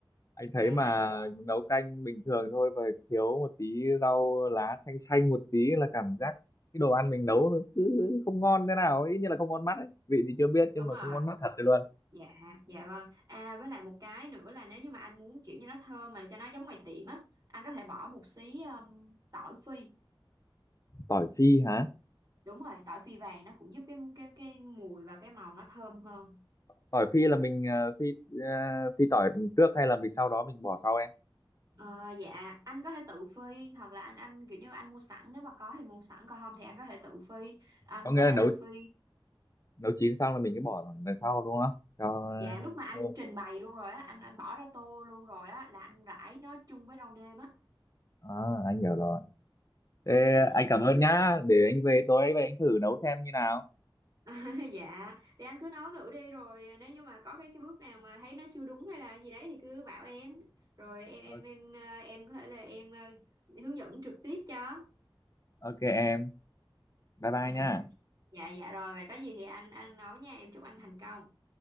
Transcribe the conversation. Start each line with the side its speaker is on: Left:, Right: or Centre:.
Left: anh
Right: dạ
Left: thấy mà nấu canh bình thường thôi và thiếu một tí rau lá xanh xanh một tí là cảm giác cái đồ ăn mình nấu nó cứ không ngon thế nào ấy như là không ngon mắt ấy vị thì chưa biết
Right: đúng
Left: nhưng mà
Right: rồi
Left: không ngon mắt thật rồi luôn
Right: dạ dạ vâng à với lại một cái nữa là nếu như mà anh muốn kiểu như nó thơm mà cho nó giống ngoài tiệm á anh có thể bỏ một xí ừm, tỏi phi
Left: tỏi phi hả
Right: đúng rồi tỏi phi vàng nó cũng giúp cái cái cái mùi và cái màu nó thơm hơn
Left: tỏi phi là mình ờ, phi ờ, phi tỏi trước hay là mình sau đó mình bỏ sau em
Right: Ờ, dạ anh có thể tự phi hoặc là anh anh kiểu như anh mua sẵn nếu mà có thì mua sẵn còn không thì anh có thể tự phi anh
Left: có nghĩa
Right: có thể
Left: là nấu
Right: là phi
Left: nấu chín xong là mình cứ bỏ đằng sau đúng không cho
Right: dạ lúc mà anh
Left: thơm
Right: trình bày luôn rồi á anh anh bỏ ra tô luôn rồi á là anh rải nó chung với rau nêm á
Left: à, anh hiểu rồi thế
Right: ừ.
Left: anh cảm ơn nhá để anh về tối về anh thử nấu xem như nào
Right: <laughs> dạ thì anh cứ nấu thử đi rồi nếu như mà có cái cái bước nào mà thấy nó chưa đúng hay là gì đấy thì cứ bảo em rồi em
Left: Ờ,
Right: em em ờ, em có thể là em ờ, hướng dẫn trực tiếp cho
Left: ok em bye bye
Right: <laughs>
Left: nhá
Right: dạ dạ rồi vậy có gì thì anh anh nấu nha em chúc anh thành công